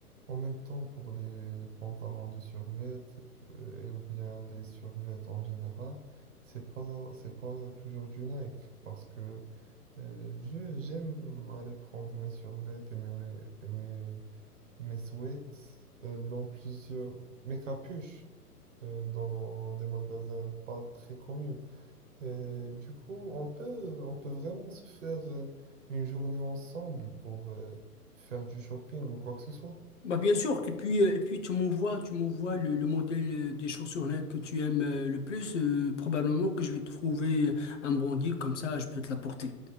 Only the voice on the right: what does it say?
En même temps, pour les pantalons de survêt euh, et ou bien les survêtements en général, c'est pas, c'est pas toujours du Nike parce que euh, je, j'aime aller prendre mes survêtements et mes, et mes mes sweats euh, dans plusieurs, mes capuches euh, dans des magasins pas très connus. Et du coup, on peut, on peut vraiment se faire euh, une journée ensemble pour euh, faire du shopping ou quoi que ce soit.